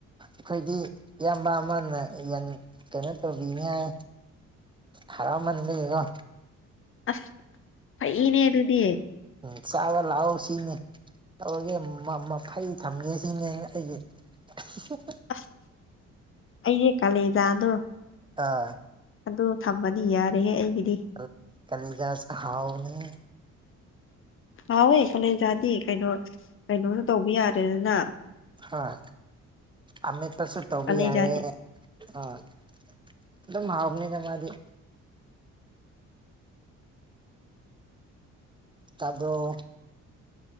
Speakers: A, on the right; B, on the left.
A: ꯑꯈꯣꯏꯗꯤ ꯏꯌꯥꯝꯕ ꯑꯃꯅ ꯌꯦꯟ ꯀꯩꯅꯣ ꯇꯧꯕꯤꯅꯤ ꯍꯥꯏ ꯍꯔꯥꯎꯃꯟꯕꯒꯤꯀꯣ
B: ꯑꯁ ꯐꯩꯅꯦ ꯑꯗꯨꯗꯤ
A: ꯎꯝ ꯆꯥꯕ ꯂꯥꯛꯑꯣ ꯁꯤꯅꯤ ꯇꯧꯔꯒꯦ ꯃ ꯃꯐꯩ ꯊꯝꯒꯦ ꯁꯤꯅꯦ ꯑꯩꯅ ꯑꯩꯒꯤ <unintelligible>
B: ꯑꯁ ꯑꯩꯖꯦ ꯀꯂꯦꯖꯥꯗꯣ
A: ꯑꯥ
B: ꯑꯗꯣ ꯊꯝꯃꯗꯤ ꯌꯥꯔꯦꯍꯦ ꯑꯩꯒꯤ
A: ꯀ ꯀꯂꯤꯖꯥꯁ ꯍꯥꯎꯅꯤꯍꯦ
B: ꯍꯥꯎꯋꯦ ꯀꯣꯂꯦꯖꯥꯗꯤ ꯀꯩꯅꯣ ꯀꯩꯅꯣꯁꯨ ꯇꯧꯕ ꯌꯥꯔꯦꯗꯅ
A: ꯍꯣꯏ ꯑꯃꯦꯠꯄꯁꯨ ꯇꯧꯕ
B: ꯀꯥꯂꯦꯟꯖꯥꯗꯤ
A: ꯌꯥꯔꯦ ꯑꯥ ꯑꯗꯨꯝ ꯍꯥꯥꯎꯕꯅꯦꯗ ꯃꯥꯗꯤ ꯇꯥꯕ꯭ꯔꯣ